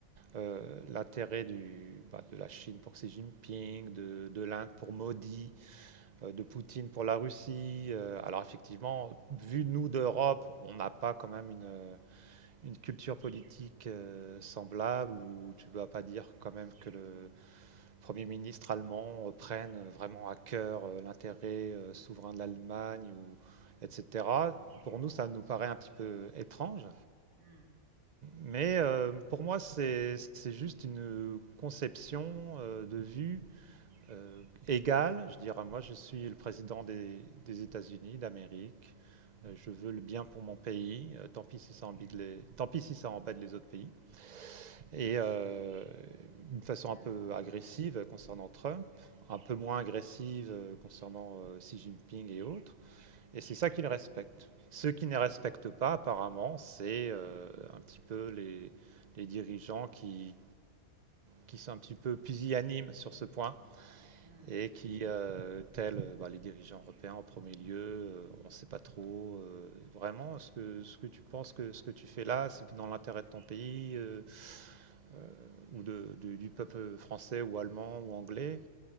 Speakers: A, on the right (about 60°); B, on the right (about 70°).
A: euh, l'intérêt du- bah, de la Chine pour Xi Jinping, de, de l'Inde pour Modi, euh, de Poutine pour la Russie. Euh, alors effectivement, vu nous d'Europe, on n'a pas quand même une, une culture politique euh, semblable où tu ne vas pas dire quand même que le Premier ministre allemand euh, prenne vraiment à cœur euh, l'intérêt euh, souverain de l'Allemagne, ou, etc. Pour nous, ça nous paraît un petit peu étrange.
B: Hmm,
A: Mais euh, pour moi, c'est juste une conception euh, de vue euh, égale. Je dirais, moi, je suis le président des, des États-Unis, d'Amérique. Euh, je veux le bien pour mon pays. Euh, tant pis si ça embête les, tant pis si ça embête les autres pays et euh, d'une façon
B: hmm,
A: un peu agressive concernant Trump, un peu moins agressive euh, concernant euh, Xi Jinping et autres. Et c'est ça qu'ils respectent. Ceux qui
B: hmm,
A: ne respectent pas, apparemment, c'est euh, un petit peu les, les dirigeants qui, qui sont un petit peu pusillanimes sur ce point
B: hmm.
A: et qui, euh, tels euh, bah, les dirigeants européens en premier lieu, euh, on ne sait pas trop euh, vraiment ce que, ce que tu penses que ce que tu fais là, c'est dans l'intérêt de ton pays euh, euh, ou de, du, du peuple français ou allemand ou anglais.